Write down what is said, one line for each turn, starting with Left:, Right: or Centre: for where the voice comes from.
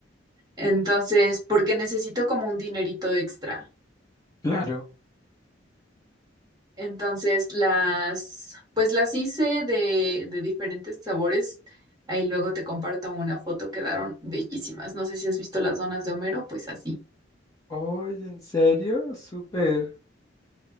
Right: Entonces, porque necesito como un dinerito extra.
Left: claro.
Right: Entonces las, pues las hice de, de diferentes sabores. Ahí luego te comparto una foto, quedaron bellísimas. No sé si has visto las donas de Homero, pues así.
Left: Oye, ¿en serio? Súper.